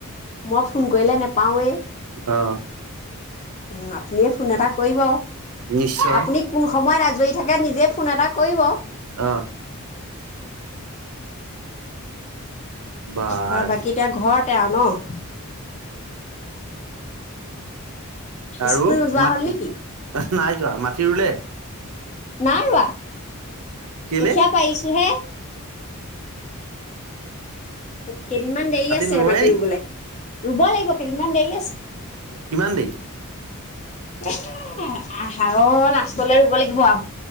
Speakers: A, on the left; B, on the right.
A: মই ফোন কৰিলে নেপাৱে।
B: অ
A: উম আপুনিয়ে ফোন এটা কৰিব,
B: নিশ্চয়
A: আপুনি কোন সময়ত আজৰি থাকে নিজে ফোন এটা কৰিব। অ'।
B: অ বাৰু
A: বা-বাকী এতিয়া ঘৰত তে আৰু ন?
B: আৰু
A: স্কুল নোযোৱা
B: মাত
A: হ'ল
B: নাই
A: নেকি?
B: যোৱা, মাটি ৰুলে?
A: নাৰোৱাা।
B: কেলে
A: কঠীয়াা পাৰিছো হে <inaudible> কেইদিনমান দেৰি আছে
B: নোৰোৱে
A: মাটি
B: নি
A: ৰুবলৈ, ৰুব লাগিব, কেইদিনমান দেৰি আছে।
B: কিমান দেৰি
A: এ' আহাৰ লাষ্টলে ৰুব লাগিব আৰ